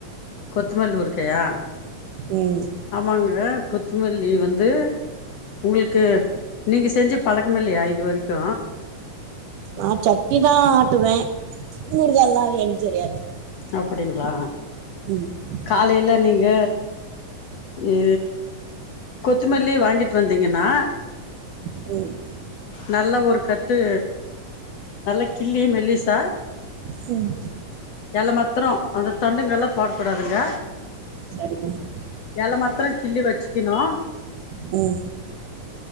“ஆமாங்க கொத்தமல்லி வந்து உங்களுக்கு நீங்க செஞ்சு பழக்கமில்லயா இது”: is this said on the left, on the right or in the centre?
Left